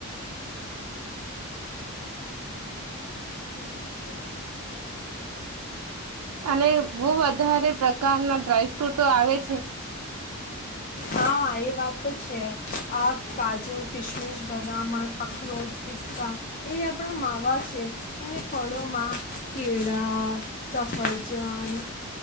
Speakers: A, on the left; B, on the right.
A: <inaudible>
B: અને બવ વધારે પ્રકારના ડ્રાયફ્રૂટો આવે છે.
A: હા એ વાત તો છે. આ કાજુ કિશમિશ બદામ અન અખરોટ પિસ્તા એ આપડા માવા છે. અને ફળોમાં કેળા, સફરજન,